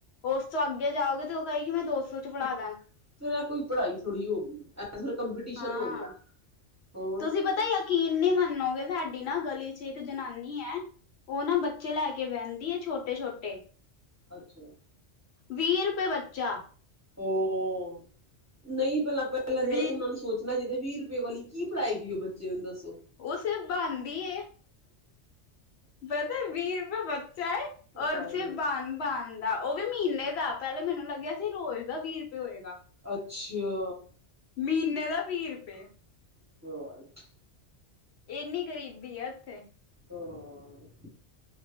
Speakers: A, on the left; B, on the right.
A: ਉਸ ਤੋਂ ਅੱਗੇ ਜਾਓਗੇ, ਤੇ ਉਹ ਕਹੇਗੀ ਮੈਂ ਦੋ ਸੋ 'ਚ ਪੜਾ
B: ਫੇਰ ਇਹ ਕੋਈ ਪੜ੍ਹਾਈ ਥੋੜ੍ਹੀ ਹੋ ਗਈ, ਐ ਫੇਰ ਕੰਪੀਟੀਸ਼ਨ
A: ਹਾਂ
B: ਹੋ ਗਿਆ। ਹੋਰ
A: ਤੁਸੀਂ ਪਤਾ ਯਕੀਨ ਨਹੀਂ ਮੰਨੋਗੇ, ਸਾਡੀ ਨਾਂ ਗਲੀ 'ਚ ਇੱਕ ਜਨਾਨੀ ਹੈ ਉਹ ਨਾਂ ਬੱਚੇ ਲੈ ਕੇ ਵਹਿੰਦੀ ਆ ਛੋਟੇ- ਛੋਟੇ
B: ਅੱਛਾ।
A: ਵੀਹ ਰੁਪਏ ਬੱਚਾ।
B: ਹੂੰ <inaudible> ਨਹੀਂ ਪਹਿਲਾ- ਪਹਿਲਾਂ
A: ਵੀਹ
B: ਉਹਨਾਂ ਨੂੰ ਸੋਚਣਾ ਚਾਹੀਦਾ, ਵੀਹ ਰੁਪਏ ਵਾਲੀ ਕੀ ਪੜਾਏ ਗਈ ਉਹ ਬੱਚੇ ਨੂੰ ਦੱਸੋ?
A: ਉਹ ਸਿਰਫ ਬਾਣ ਦੀ ਏ ਪਤਾ ਵੀਹ ਰੁਪਏ ਬੱਚਾ ਹੈ, ਔਰ
B: ਹਾਏ
A: ਫੇਰ ਬਨ- ਬਨ ਉਹ ਵੀ ਮਹੀਨੇ ਦਾ, ਪਹਿਲਾਂ ਮੈਨੂੰ ਲੱਗਿਆ ਸੀ ਰੋਜ਼ ਦਾ ਵੀਹ ਰੁਪਏ ਹੋਏਗਾ।
B: ਅੱਛਾ।
A: ਮਹੀਨੇ ਦਾ ਵੀਹ ਰੁਪਏ
B: <unintelligible>
A: ਇੰਨੀ ਗਰੀਬੀ ਆ ਇੱਥੇ
B: ਹੋਰ